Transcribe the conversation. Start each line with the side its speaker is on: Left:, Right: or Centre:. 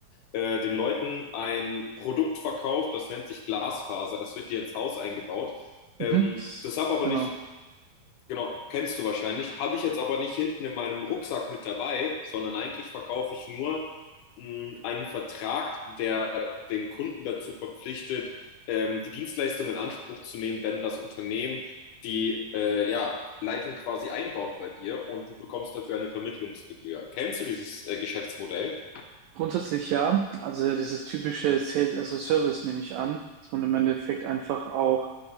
Left: äh, den Leuten ein Produkt verkauft, das nennt sich Glasfaser. Das wird dir ins Haus eingebaut.
Right: Mhm.
Left: Ähm,
Right: Das,
Left: das habe aber
Right: genau.
Left: nicht, genau, kennst du wahrscheinlich, habe ich jetzt aber nicht hinten in meinem Rucksack mit dabei, sondern eigentlich verkaufe ich nur mh, einen Vertrag, der den Kunden dazu verpflichtet, ähm, die Dienstleistung in Anspruch zu nehmen, wenn das Unternehmen die äh, ja, Leitung quasi einbaut bei dir und du bekommst dafür eine Vermittlungsgebühr. Kennst du dieses äh, Geschäftsmodell?
Right: Grundsätzlich ja. Also dieses typische Sales as a Service nehme ich an, dass man im Endeffekt einfach auch